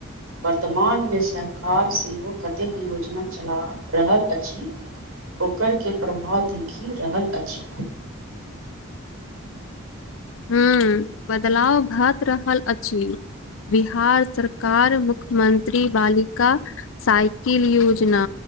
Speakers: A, on the right (about 80°); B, on the left (about 70°).
A: वर्तमानमे सरकार सेहो कतेक योजना चला रहल अछि ओकर के प्रभाव देखि रहल अछि
B: ह्म बदलाव भ रहल अछि बिहार सरकार मुख्यमंत्री बालिका साइकिल योजना